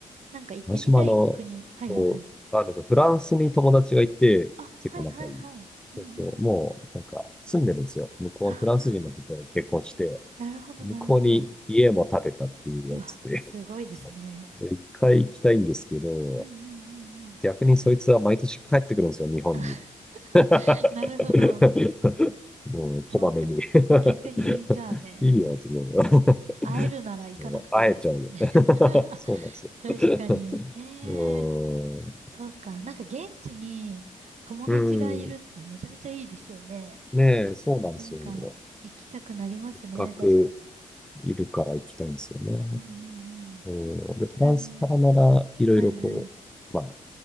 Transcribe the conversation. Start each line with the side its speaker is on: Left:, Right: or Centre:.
Right: なんか行ってみたい国。
Centre: 私もあの、
Right: はいはいはい。
Centre: こう、あるんですよ。フランスに友達がいて、
Right: あ、
Centre: 結構仲いい。
Right: はいはいはい。うんうんうん。
Centre: そうそう。もう、なんか、住んでるんですよ。向こう、
Right: ああ、
Centre: フランス人の人と結婚して、
Right: なるほどなるほど。
Centre: 向こうに家も建てたっていうやつで、
Right: うわ、すごいですね。
Centre: <laughs> そう。で一回行きたいんですけど、
Right: うんうんうんうん。
Centre: 逆にそいつは毎年帰ってくるんですよ、日本に。
Right: あ、<laughs>
Centre: <laughs>
Right: なるほど。
Centre: もう、
Right: そうか。
Centre: こまめに。<laughs>
Right: 逆に、じゃあね、
Centre: いいよ、って言うの <laughs>
Right: 会えるなら行かなくていいですもんね。
Centre: もう会えちゃうよ。<laughs>
Right: <laughs>
Centre: そうなんですよ。
Right: 確かに。
Centre: <laughs>
Right: ええー
Centre: うーん。
Right: そうか。なんか現地に友達がいるってめちゃめちゃいいですよね。
Centre: うーん。ねえ、そうなんですよね。
Right: なんか行きたくなりますね。
Centre: 学
Right: 確かに。
Centre: いるから行きたいんですよね。
Right: うんうんうん。
Centre: うん、で、
Right: それも、
Centre: フランスからなら、いろいろこう、
Right: はいはい。
Centre: まあ、